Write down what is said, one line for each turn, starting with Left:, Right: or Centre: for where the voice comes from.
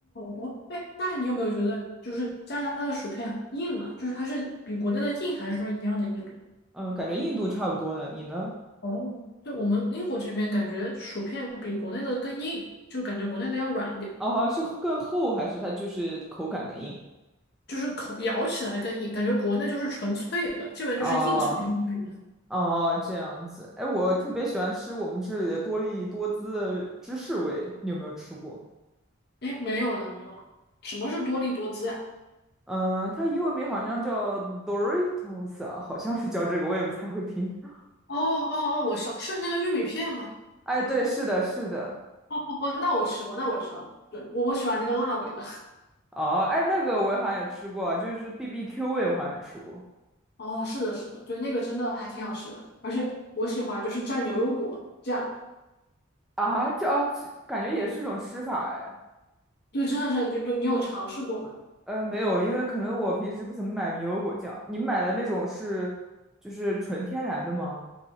Left: 哦，哎，那你有没有觉得，就是加拿大的薯片硬嘛？就是它是比国内的硬，还是说一样的硬度？
Centre: 嗯，感觉印度差不多呢，你呢？
Left: 哦，就我们英国这边感觉薯片比国内的更硬，就感觉国内的要软一点，
Centre: 哦，好像是更厚还是它就是口感更硬？
Left: 就是口咬起来更硬，感觉国内就是纯粹的，这边就是硬脆的。
Centre: 哦哦，这样子。哎，我特别喜欢吃我们这里的多利多滋的芝士味，你有没有吃过？
Left: 哎，没有了，没有了，什么是多利多滋呀、
Centre: 嗯，它英文名好像叫 Doritos 啊，好像是叫这个，我也不太会拼。<laughs>
Left: 哦哦哦，我知道，是那个玉米片吗？
Centre: 哎，对，是的，是的。
Left: 哦哦哦，那我吃过，那我知道，对，我我喜欢那个辣味的。
Centre: 哦，哎，那个我好像也吃过啊就是 BBQ 味，我好像也吃过
Left: 哦，是的，是的，对，那个真的还挺好吃的，而且我喜欢就是蘸牛油果这样，
Centre: 啊，这哦，这感觉也是一种吃法哎。
Left: 对，真的是就就你有尝试过吗？
Centre: 呃，没有，因为可能我平时不怎么买牛油果酱。你买的那种是就是纯天然的吗？